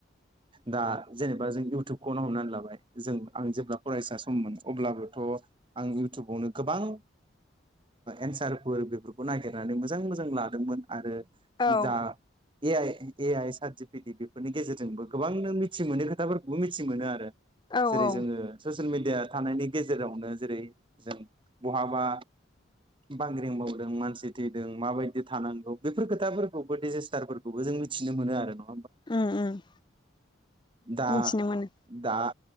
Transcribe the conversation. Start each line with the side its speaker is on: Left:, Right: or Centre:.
Right: दा जेनेबा जों इउटुबखौनो हमनानै लाबाय जों आं जेब्ला फरायसा सममोन अब्लाबोथ आं इउटुबावनो गोबां एन्सारफोर बेफोरखौ नागिरनानै मोजां मोजां लादोंमोन। आरो
Left: औ
Right: <unintelligible> ए आइ ए आइ सार्टिफिकेट बेफोरनि गेजेरजोंबो‌ गोबां नों मिथि मोनै खोथाफोरखौबो मिथि मोनो आरो
Left: औ
Right: जेरै
Left: औ
Right: जोङो ससियेल मिड डिया थानायनि गेजेरावनो जेरै जों बहाबा बांग्रिं मावावदों मानसि थैदों माबायदि थानांगौ बेफोर खोथाफोरखौबो डिजेस्टारफोरखौबो जों मिथिनो मोनो आरो न।
Left: उम उम।
Right: दा
Left: मिथिनो मोनो
Right: दा आ